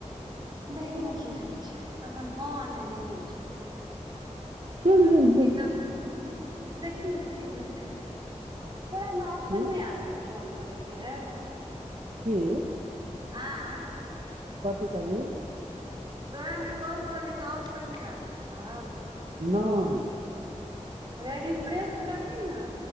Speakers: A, on the right; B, on the right.
A: देखही न की होइ छै एखन हँ आ नय दुनु छै <inaudible>
B: चलि
A: अथी
B: जइहे
A: तऽ देखि न की होय छै <inaudible> तोरा म ऑप्शन
B: की
A: नै आबै छौ कॉल करे केँ
B: की
A: <unintelligible>
B: कथी कहली
A: तोरा में कॉल करै केँ ऑप्शन नै आबै छौ
B: नै
A: रै रिफ्रेश करही न